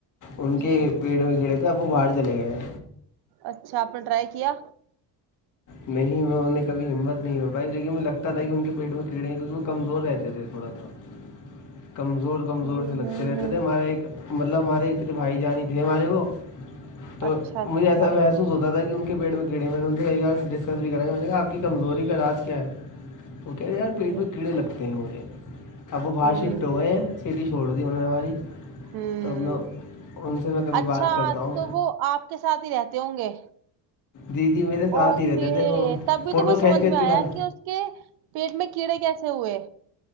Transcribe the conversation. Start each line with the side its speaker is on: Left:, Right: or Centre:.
Left: ان کے
Right: جی
Left: پیٹ میں گھیرے تھے اب وہ باہر چلے گئے
Right: اچھا آپ نے ٹرائی کیا
Left: نہیں میں ان نے کبھی ہمت نہیں ہو پاائی لیکن مج لگتا کہ ان کے پیٹ کیڑے ہیں کیونکہ وہ کمزور رہتے تھے تھوڑا سا کمزور کمزور
Right: جی نہیں
Left: سے لگتے رہتے
Right: نہیں
Left: تھے ہمارا ایک مطلب ہمارے مے بھائی جانی تھے ہمارے وہ تو
Right: اچھا اچھا
Left: مجھے ایسا محسوس ہوتا تھا کہ ان کے پیٹ میں کیڑے م رون تھ گ اور ڈسکس بھی کرا گ میں نے کہا آپ کی کمزوری کا علاج کیا ہے وہ کہہ رہے ہیں یار
Right: ہمم
Left: پیٹ میں کیڑے لگتے ہیں مجھے اب وہ باہر
Right: ہمم
Left: شفٹ ہو گئے ہیں سٹی ش چھوڑ دییا انہوں نے ہماری
Right: ہمم
Left: تو میں ان سے میں کبھی
Right: اچھا
Left: بات کرتا ہوں
Right: تو وہ آپ کے ساتھ ہی رہتے ہوں گے
Left: دیدی میرے ساتھ
Right: اوکے
Left: ہی رہتے تھے وہ
Right: تب بھی
Left: فوٹو
Right: تو بس
Left: کھینچ
Right: سمجھ
Left: کھینچ
Right: میں
Left: کے
Right: آیا
Left: ڈال
Right: کہ اس کے پیٹ میں کیڑے کیسے ہوئے